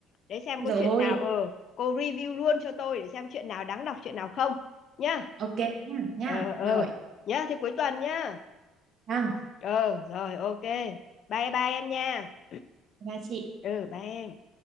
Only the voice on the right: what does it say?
rồi
ok nhá nhá
rồi
vâng
bye bye chị